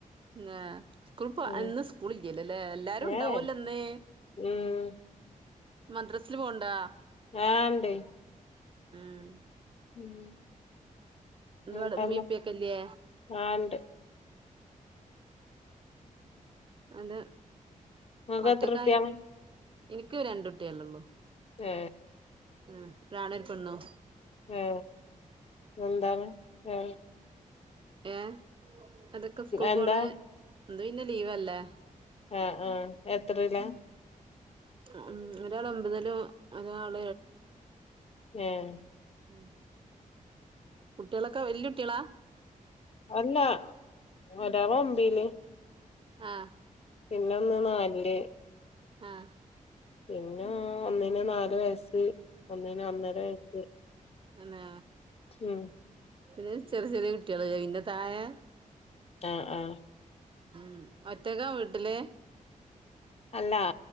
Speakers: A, on the right; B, on the left.
A: ലെ. സ്കൂൾ
B: ഉം
A: ഇന്ന് സ്കൂളില്ലല്ലോ ലേ. എല്ലാരും ഉണ്ടാവോലോ
B: ഏഹ്
A: ന്ന്.
B: ഉം
A: മദ്രസില് പോണ്ടാ
B: ആ ണ്ട്
A: ഉം
B: ഉം
A: എന്താടെ
B: മൂത്തമ്മക്ക്
A: ഉമ്മിംഉപ്പിം ഒക്കെല്ലെ
B: ആഹ് ഇണ്ട് ഉം
A: അത്
B: ഇങ്ങക്ക്
A: ഒറ്റക്കായി
B: എത്ര കുട്ട്യാളാ
A: എനിക്ക് രണ്ട് കുട്ടികളുള്ളു
B: എ
A: ഉം ഒരാണ് ഒരു പെണ്ണും
B: ഏ എന്താണ് ഏ
A: ഏ അതൊക്കെ സ്കൂൾ
B: എന്താ
A: പോണ് ഇന്ന് പിന്നെ ലീവല്ലേ
B: ആ ആഹ് എത്രേലാ?
A: ഉം ഒരാൾ ഒമ്പതിലും ഒരാൾ
B: ഏഹ്
A: ഉം കുട്ടിയൊളൊക്കെ വല്യുട്ട്യാളാ
B: അല്ല ഒരാൾ ഒമ്പില്
A: ആഹ്
B: പിന്നൊന്ന് നാൽ ല്
A: ആഹ്
B: പിന്നോ ഒന്നിന് നാല് വയസ്സ് ഒന്നിന് ഒന്നര വയസ്സ്
A: അന്നേ
B: ഉം
A: പിന്നെ ചെറി ചെറേ കുട്ടികള് അയിന്റെ തായെ
B: ആഹ് ആഹ്
A: ഉം ഒറ്റക്കാ വീട്ട്‌ല്?
B: അല്ലാ